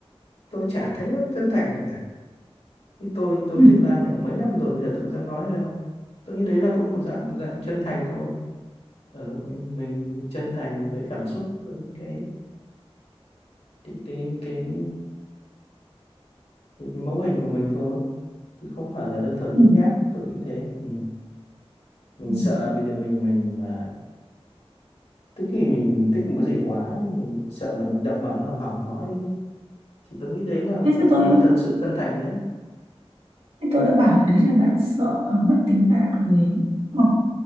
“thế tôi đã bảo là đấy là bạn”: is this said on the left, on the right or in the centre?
Right